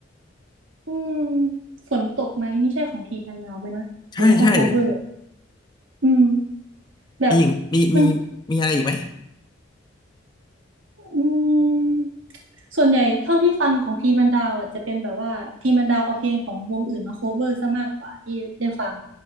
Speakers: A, on the right; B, on the left.
A: อืมฝนตกไหมนี่ใช่ของทีมมันนาวไหมนะหรือว่าเขา
B: ใช่ใช่
A: cover อืมแบบ
B: มีอีกมีมี
A: มัน
B: มีอะไรอีกไหม
A: อืมส่วนใหญ่เท่าที่ฟังของทีมมันดาวอ่ะจะเป็นแบบว่าทีมมันดาวเอาเพลงของวงอื่นมา cover ซะมากกว่าที่ได้ฟัง